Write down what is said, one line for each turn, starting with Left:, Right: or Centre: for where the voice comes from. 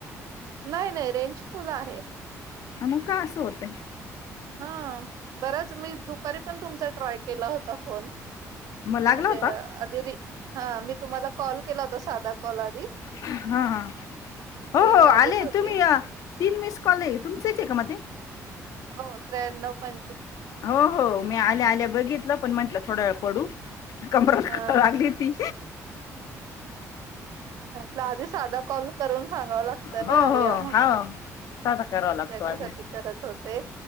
Right: नाही नाही रेंज फुल आहे
Left: ह मग काय असं होतंय
Right: हा बराच मी दुपारी पण तुमचा ट्राय केला होता फोन.
Left: मग लागला
Right: म्हणजे
Left: होता
Right: आधी र हा मी तुम्हाला कॉल केला होता साधा कॉल आधी
Left: हा हा हो
Right: रिंग
Left: हो
Right: वाजत
Left: आले
Right: होती
Left: तुम्ही तीन मिस कॉल आहे तुमचेच आहे का म ते?
Right: हो त्र्याण्व प
Left: हो हो मी आल्या आल्या बघितलं पण म्हंटलं थोड्या वेळ पडू. कबरं
Right: हा
Left: लागली होती.
Right: म्हटल आधी साधा कॉल करून सांगावं लागतं
Left: हो
Right: ना
Left: हो
Right: या म्हणून.
Left: हो साधा करावा लागतो
Right: त्याच्यासाठी
Left: आधी
Right: करत हो ते